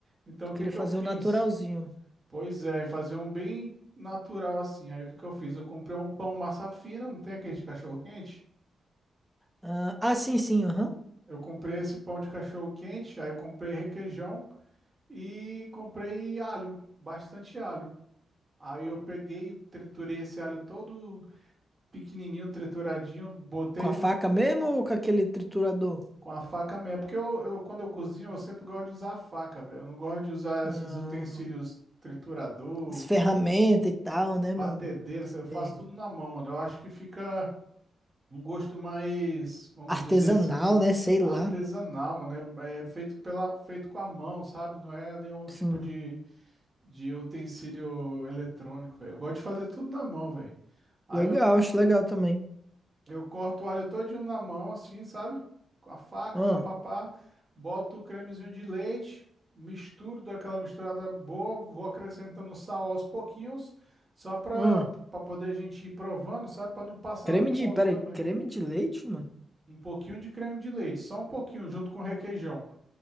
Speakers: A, on the right (about 20°); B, in the centre.
A: Então
B: tu
A: o que
B: queria
A: que
B: fazer
A: eu fiz?
B: um naturalzinho.
A: Pois é, fazer um bem natural assim. Aí o que que eu fiz? Eu comprei um pão massa fina, não tem aquele de cachorro quente?
B: Ah, ah, sim, sim, aham.
A: Eu comprei esse pão de cachorro quente, aí eu comprei requeijão e comprei alho, bastante alho. Aí eu peguei, triturei esse alho todo pequenininho, trituradinho, botei
B: Com a
A: no,
B: faca mesmo ou com aquele triturador?
A: com a faca mesmo. Porque eu, eu, quando eu cozinho, eu sempre gosto de usar a faca, velho. Eu não gosto de usar
B: Ah,
A: esses utensílios triturador,
B: as ferramentas e tal, né,
A: batedeira,
B: mano?
A: sabe? eu faço
B: Sei.
A: tudo na mão, mano. Eu acho que fica um gosto mais, vamos
B: Artesanal,
A: dizer assim, né?
B: né? Sei
A: artesanal,
B: lá.
A: mano. É, é feito pela, feito com a mão, sabe? Não é nenhum
B: Sim.
A: tipo de, de utensílio eletrônico, velho. Eu gosto de fazer tudo na mão, velho. Aí
B: Legal,
A: eu corto.
B: acho legal também.
A: Eu corto o alho todinho na mão, assim, sabe? Com a faca,
B: Ah,
A: papapá. Boto o cremezinho de leite, misturo, dou aquela misturada boa, vou acrescentando sal aos pouquinhos, só para
B: ah.
A: para poder a gente ir provando, sabe? Para não passar
B: Creme
A: do ponto
B: de. Peraí,
A: também.
B: creme de leite, mano?
A: Um pouquinho de creme de leite, só um pouquinho, junto com requeijão.